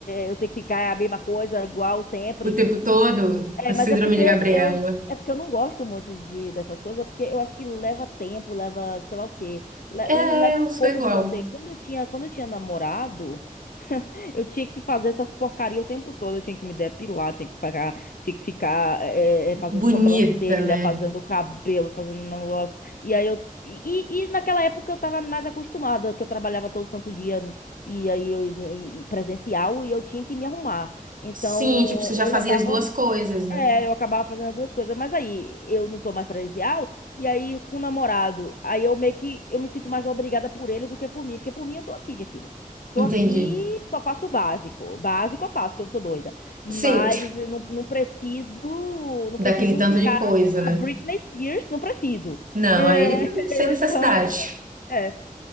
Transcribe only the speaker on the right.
o tempo todo,
a
síndrome
de Gabriela.
É,
eu
sou
igual.
Bonita,
né?
Sim, tipo, você já
fazia
as duas coisas, né?
Entendi.
Sim,
<laughs>
daquele
tanto
de coisa,
né?
Não,
aí não, sem necessidade.